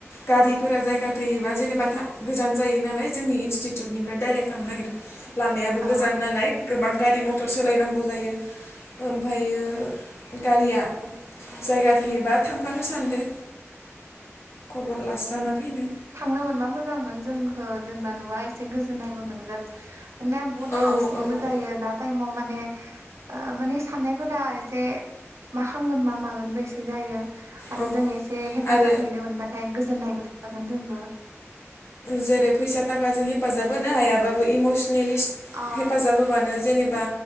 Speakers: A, on the left; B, on the right.
A: गारिफोरा जायगा थोयोबा जेनेबा थां गोजान जायो नालाय जोंनि इनस्टिटिउटनिफ्राय डाइरेक्ट लांनो नागिरदों लामायाबो
B: अ
A: गोजान नालाय। गोबां गारि मथर सोलायनांगौ जायो ओमफायो गारिया जायगा थोयोबा थांफानो सानदों खबर लास्राना फैनो।
B: थांनो मोनबा मोजांमोन जोंखो जेनेबा नुबा एसे गोजोननायबो मोनगोन। ना बुहुत
A: औ
B: हारसिंबो
A: औ
B: जायो दा टाइमाव माने आं माने साननायफोरा एसे मा खामगोन मा मागोनबो एसे जायो। आरो
A: औ
B: जों एसे हेफाजाब
A: आरो
B: हैनो मोनबाथाय गोजोननायबो थागोन जोंबो।
A: जेरै फैसा थाखाजों हेफाजाब होनो हायाबाबो इमसनेलि
B: अ
A: हेफाजाब होबानो जेनेबा